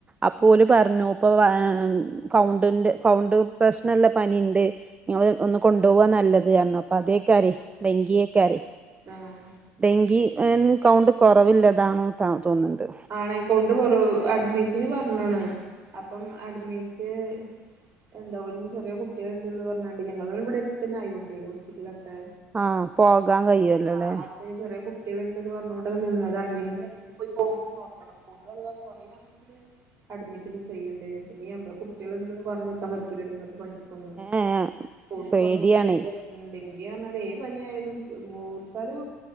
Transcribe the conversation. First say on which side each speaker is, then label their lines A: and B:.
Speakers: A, on the right; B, on the right.
A: അപ്പോലും പറഞ്ഞു ഇപ്പൊ കൗണ്ട്ന്റെ കൗണ്ട് പ്രശ്നല്ല പനിയിണ്ട് ങ്ങള് ഒന്ന് കൊണ്ടുപോവാ നല്ലത് കാരണ അപ്പതേക്കെയാരെ ഡങ്കിയെക്കാരെ
B: ആഹ്
A: ഡെങ്കി ങ് കൗണ്ട് കൊറവില്ലതാണോ ത തോന്ന്ണ്ട്
B: ആണേ കൊണ്ട് കൊറവ് അഡ്മിറ്റിന് പറഞ്ഞ്ണ് അപ്പം അഡ്മിറ്റ് ഉണ്ടൊന്ന് ചെറിയ കുട്ടയൾണ്ടെന്ന് പറഞ്ഞാണ്ട് ഞങ്ങൾ ഇവിടെ തന്നെ ആയോണ്ടേ ഹോസ്പിറ്റലൊക്കെ
A: ആഹ് പോകാൻ കഴിയുവല്ലോല്ലേ
B: ആഹ് അപ്പേ ചെറിയ കുട്ടികൾ ഇണ്ടന്ന് പറഞ്ഞോ നിന്നതാണ് ഇന്ന് ഇന്നിപ്പോ ഈ പോവുമ്പം നോക്കണം കൗണ്ട് അതവ കൊറയാണെങ്കില് അഡ്മിറ്റിന്ന് ചെയ്യേണ്ടേ പിന്നെ നമ്മള് കുട്ടികളുണ്ടെന്ന് പറഞ്ഞിക്കാൻ പറ്റൂല്ലല്ലോ നിങ്ങക്ക് പണി സ്കൂണ്ട്
A: ഏഹ് പേടിയാണേ
B: കുറഞ്ഞ് തേക്കാ മ്മ് ഡെങ്കി പറഞ്ഞാല് ഏത് പനിയായാലും മൂത്താല്